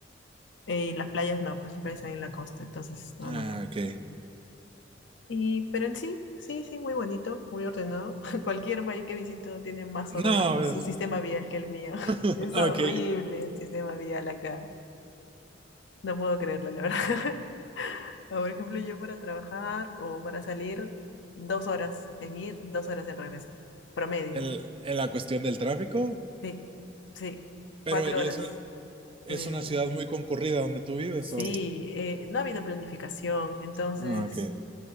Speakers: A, on the left; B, on the right.
A: Y las playas no, pues las playas están en la costa, entonces, no,
B: Ah,
A: no, no.
B: ok.
A: Y, pero en sí, sí, sí, muy bonito, muy ordenado. <laughs> Cualquier país que visito tiene más
B: No,
A: orden en
B: pues,
A: su sistema vial que el mío. <laughs>
B: <laughs>
A: Es
B: ok.
A: horrible
B: <laughs>
A: el sistema vial acá. No puedo creerlo, la verdad. <laughs> Por ejemplo, yo para trabajar o para salir, dos horas en ir, dos horas en regresar. Promedio.
B: El- en la cuestión del tráfico,
A: Sí, sí,
B: pero
A: cuatro
B: y
A: horas
B: es, es
A: en mi
B: una
A: vida.
B: ciudad muy concurrida donde tú vives,
A: Sí,
B: o...
A: eh, no ha habido planificación, entonces
B: Ah, ok.